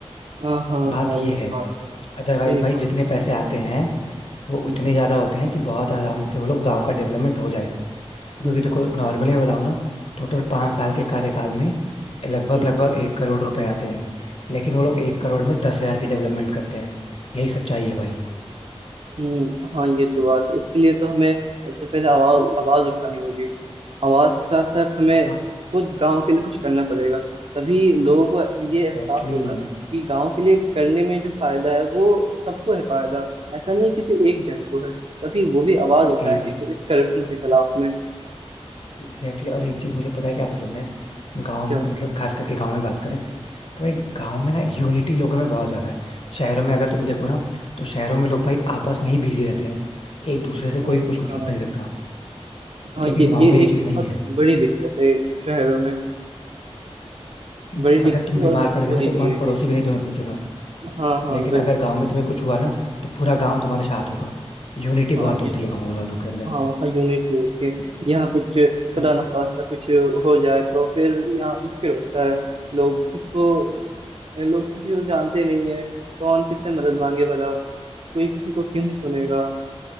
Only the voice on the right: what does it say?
हाँ हाँ
हाँ
यही
बात है
यही
बात
है
हम्म
हम्म
हम्म
हम्म,
हम्म।
हम्म, हाँ ये तो बात है। इसके लिए तो हमें सबसे पहले आवाज आवाज उठानी होगी आवाज के साथ साथ हमें
खुद गांव के लिए कुछ करना पड़ेगा तभी लोगों को ये
एहसास होगा
कि गांव के लिए करने में जो फायदा है वो सबको है फायदा ऐसा नहीं है किसी एक जन को है तभी वो भी आवाज
उठाएंगे
कि इस करप्शन के खिलाफ में
क्या
हाँ
हाँ
हाँ,
ये
ये
एक
बहुत
बड़ी दिक्कत है शहरों में
बड़ी दिक्कत
है
और मजबूरी
भी है
ये
हाँ हाँ
बिल्कुल
बिल्कुल।
हाँ
ये
हाँ वहाँ यूनिटी होती है यहाँ कुछ खुदा
ना खास्ता कुछ हो जाए तो फिर यहाँ मुश्किल होता है लोग किसको किस- लोग किसी को जानते नहीं है कौन किससे मदद मांगे भला कोई किसी को क्यों ही सुनेगा